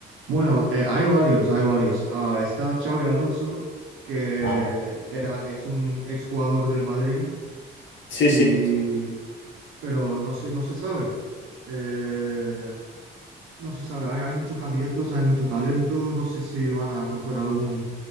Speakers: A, on the right; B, on the left.
A: Bueno, eh, hay varios, hay varios. Ah, está Xavi Alonso, que
B: Ah,
A: era, es un exjugador del Madrid
B: sí,
A: Y,
B: sí.
A: pero no se, no se sabe. Eh, no se sabe, hay, hay muchos candidatos, hay mucho talento, no sé si van a coger algún,